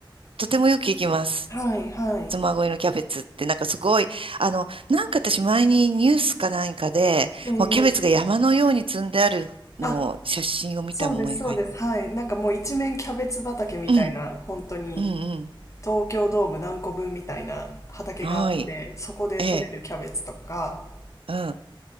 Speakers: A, on the right; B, on the left.
A: とてもよく行きます。
B: はい、はい。
A: ご恋のキャベツってなんかすごい、あの、なんか私前にニュースか何かで、
B: えー
A: もうキャベツが山のように積んであるのを写真を見た思いがあり。
B: あ、そうです、そうです。はい。なんかもう一面キャベツ畑みたいな、
A: うん、
B: 本当に
A: うん、うん。
B: 東京ドーム何個分みたいな畑があって、
A: はい。
B: そこで採れるキャベツとか、
A: ええ、うん。あ、